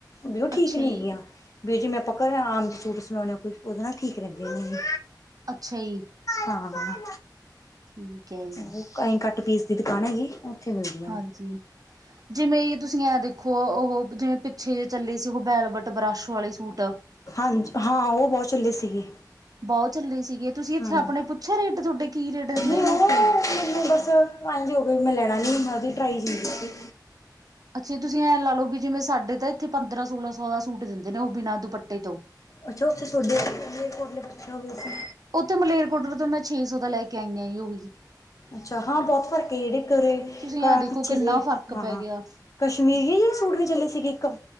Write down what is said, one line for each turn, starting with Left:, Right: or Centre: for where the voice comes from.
Left: ਵੀ ਉਹ ਠੀਕ
Right: ਅੱਛਾ
Left: ਨਹੀਂ
Right: ਜੀ।
Left: ਹੈਗੀਆਂ ਵੀ ਜੀ ਮੈਂ ਪੱਕਾ ਆਮ ਦੇ ਸੂਟ ਸਵਾਂਦੇ, ਕੋ ਉਹਦੇ ਨਾਲ ਠੀਕ ਰਹਿੰਦੀਆਂ ਨੇ
Right: ਅੱਛਾ ਜੀ
Left: ਹਾਂ,
Right: ਠੀਕ ਹੈ ਜੀ।
Left: ਓ ਕਂਈ ਕੱਟ ਪੀਸ ਦੀ ਦੁਕਾਨ ਹੈਗੀ ਮਿਲਦੀਆਂ
Right: ਹਾਂਜੀ,
Left: ਨੇ
Right: ਜਿਵੇਂ ਏ ਤੁਸੀਂ ਐਂ ਦੇਖੋ ਉਹ ਜਿਵੇਂ ਪਿੱਛੇ ਜੇ ਚੱਲੀ ਸੀ ਉਹ ਬੈਲ ਵ ਇਕ ਬਰਸ਼ ਵਾਲੇ ਸੂਟ
Left: ਹਾਂਜੀ, ਹਾਂ ਉਹ ਬਹੁਤ ਚੱਲੇ ਸੀਗੇ
Right: ਬਹੁਤ ਚੱਲੇ ਸੀਗੇ, ਤੁਸੀਂ ਇੱਥੇ
Left: ਹਾਂ
Right: ਆਪਣੇ ਪੁੱਛਿਆ ਰੇਟ ਤੁਹਾਡੇ ਕੀ ਰੇਟ ਦਿੰਦੇ
Left: ਨਹੀਂ
Right: ਨੇ
Left: ਉਹ
Right: ਐਥੇ
Left: ਮੈਨੂੰ ਬਸ ਐੰਜ ਹੋਵੇ, ਮੈਂ ਲੈਣਾ ਨਹੀਂ, ਮੈਂ ਵੀ ਉਹਦੀ ਟਰਾਈ ਨਹੀ ਕੀਤੀ
Right: ਅੱਛਾ ਤੁਸੀਂ ਐਂ ਲਾ ਲਓ ਵੀ ਜਿਵੇਂ ਸਾਡੇ ਤਾਂ ਇੱਥੇ ਪੰਦਰਾਂ- ਸੋਲਾਂ ਸੌ ਦਾ ਸੂਟ ਦਿੰਦੇ ਨੇ ਉਹ ਬਿਨਾਂ ਦੁਪੱਟੇ ਤੋਂ
Left: ਅੱਛਾ ਉੱਥੇ ਤੁਹਾਡੇ ਕੋਟਲੇ ਬਛਾ ਵੀ ਸੀ
Right: ਉੱਥੇ ਮਲੇਰਕੋਟਲੇ ਤੋਂ ਮੈਂ ਛੇ ਸੌ ਦਾ ਲੈ ਕੇ ਆਈ ਆ, ਉਹੀ
Left: ਅੱਛਾ ਹਾਂ ਬਹੁਤ ਫਰਕ ਏ ਇਹੜੇ ਘਰੇ,
Right: ਤੁਸੀਂ
Left: ਘਰ
Right: ਐਂ ਦੇਖੋ
Left: ਪਿੱਛੇ
Right: ਕਿੰਨਾ
Left: ਜੇ
Right: ਫ਼ਰਕ
Left: ਹਾਂ
Right: ਪੈ ਗਿਆ
Left: ਕਸ਼ਮੀਰੀ ਜਿਹੀ ਸੂਟ ਨੇ ਚੱਲੇ ਸੀਗੇ ਇੱਕ